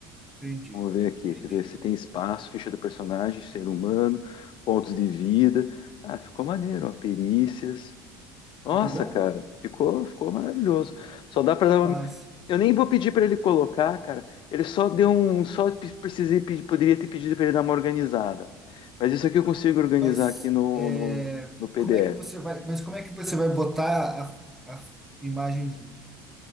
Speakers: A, in the centre; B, on the left.
A: Entendi,
B: Vamos ver aqui,
A: entendi.
B: quer ver se tem espaço, ficha do personagem, ser humano, pontos de vida. Ah, ficou maneiro, ó, perícias. Nossa,
A: Ficou bom?
B: cara, ficou, ficou maravilhoso. Só dá para
A: Que
B: dar uma.
A: massa.
B: Eu nem vou pedir para ele colocar, cara. Ele só deu um, só pe- precisei pedir, poderia ter pedido para ele dar uma organizada. Mas isso aqui eu consigo organizar
A: Mas
B: aqui no,
A: é,
B: no, no PDF.
A: como é que você vai, mas como é que você vai botar a, a imagem junto?